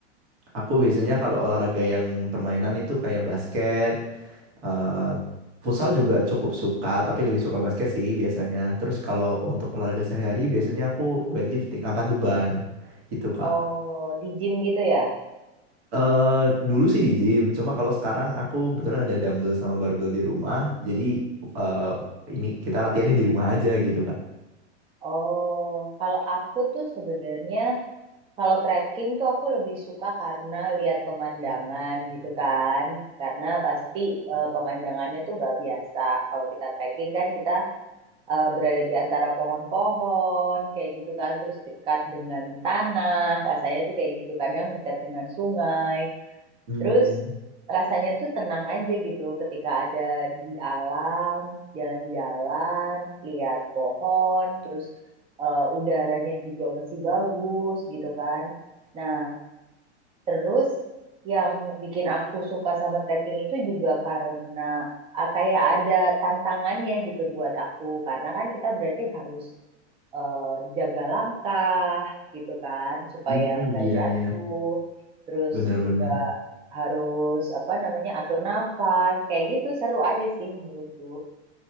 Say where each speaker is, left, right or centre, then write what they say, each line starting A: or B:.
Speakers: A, on the right (about 55°); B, on the right (about 15°).
A: Aku biasanya kalau olahraga yang permainan itu kayak basket, Eh, futsal juga cukup suka, tapi lebih suka basket sih biasanya. Terus kalau untuk olahraga sehari-hari, biasanya aku weightlifting, angkat beban gitu, Kak.
B: Oh, di gym gitu ya?
A: eh dulu sih di gym, cuma kalau sekarang aku kebetulan ada dumbbell sama barbell di rumah, jadi eh ini kita latihannya di rumah aja gitu, Kak.
B: Oh, kalau aku tuh sebenarnya kalau trekking tuh aku lebih suka karena lihat pemandangan gitu kan. Karena pasti eh, pemandangannya tuh nggak biasa. Kalau kita trekking kan kita eh, berada di antara pohon-pohon kayak gitu kan. Terus dekat dengan tanah. Rasanya tuh kayak gitu. Kadang dekat dengan sungai.
A: Hmm,
B: Terus rasanya tuh tenang aja gitu ketika ada di alam, jalan-jalan, lihat pohon, terus eh, udaranya juga masih bagus gitu kan. Nah, terus yang bikin aku suka sama trekking itu juga karena ah, kayak ada tantangannya gitu buat aku. Karena kan kita berarti harus eh, jaga langkah gitu kan supaya
A: hmm,
B: nggak
A: iya
B: jatuh
A: iya.
B: terus
A: Bener-bener.
B: juga harus apa namanya atur nafas kayak gitu seru aja sih menurutku